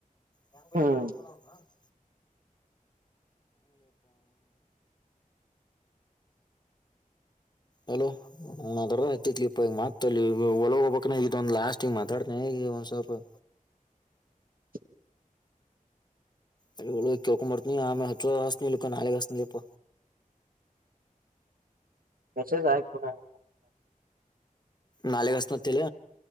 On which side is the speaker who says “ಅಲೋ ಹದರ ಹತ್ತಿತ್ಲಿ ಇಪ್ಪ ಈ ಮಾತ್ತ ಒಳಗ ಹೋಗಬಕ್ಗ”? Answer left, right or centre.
Left